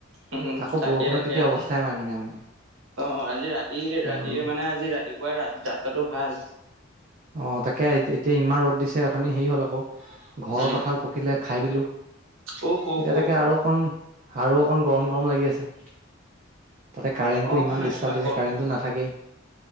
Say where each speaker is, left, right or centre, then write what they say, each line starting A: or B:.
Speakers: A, on the right; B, on the right.
A: উম,
B: তাকো
A: তাকে
B: বৰষুণত
A: তাকে
B: তেতিয়া
A: আজি
B: অৱস্থাই মানে নাই মানে
A: অ', আজি ৰাতি
B: উম,
A: ৰাতিয়ে মানে আজি ৰাতি পুৱাই যাত্ৰাটো ভাল।
B: অ', তাকে এতিয়া ইমান ৰ'দ দিছে অথনি হেৰি হ'ল আকৌ ঘৰৰ
A: উম
B: কঁঠাল পকিলে খাই দিলোঁ,
A: অ
B: এতিয়া
A: হ হ
B: তাকে আৰু অকণ আৰু অকণ গৰম গৰম লাগি আছে। তাতে কাৰেণ্টটো
A: অ
B: ইমান ডিষ্টাৰ্ব দিছে
A: গৰম
B: কাৰেণ্টটো নাথাকেই,